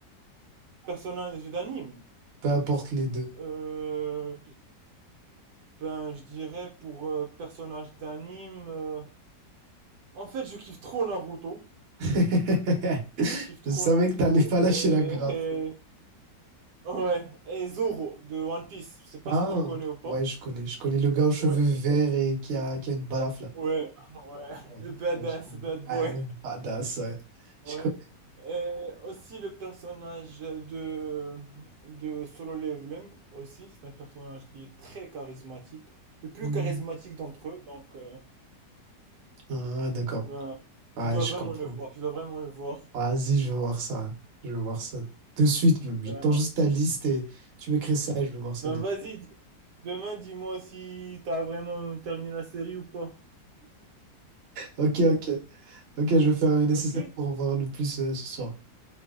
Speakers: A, on the right; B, on the right.
A: personnage d'anime.
B: peu importe les deux.
A: Euh, ben, je dirais pour euh, personnage d'anime. euh, En fait, je kiffe trop Naruto.
B: <laughs>
A: Je kiffe trop
B: Je savais
A: Naruto
B: que t'allais pas lâcher
A: et, <laughs>
B: la grappe.
A: et- ouais et Zoro de One Piece. Je sais pas
B: Ah,
A: si tu connais ou pas.
B: ouais, je connais. Je connais le gars aux cheveux
A: Ouais,
B: verts et qui
A: Zo-
B: a, qui a une balafre, là.
A: ouais, ouais.
B: Ouais,
A: <laughs> Le badass
B: ouais, je connais.
A: bad
B: Ah,
A: boy.
B: le badass, ouais. Je
A: Ouais.
B: connais.
A: Et aussi le personnage de de Solo Leveling aussi. C'est un personnage qui est très charismatique, le plus
B: Hmm.
A: charismatique d'entre eux. Donc euh,
B: Ah, d'accord.
A: ben,
B: Ouais,
A: tu dois
B: je
A: vraiment
B: comprends.
A: le voir. Tu dois vraiment le voir.
B: Vas-y, je vais voir ça. Je vais voir ça de suite, même. J'attends
A: Ben,
B: juste ta liste et tu m'écris ça et je vais voir ça
A: ben
B: de
A: vas-y.
B: suite.
A: dis- Demain, dis-moi si t'as vraiment terminé la série ou pas.
B: Ok, ok. Ok, je vais faire le nécessaire
A: Ok, <laughs>
B: pour en voir le plus euh, ce soir.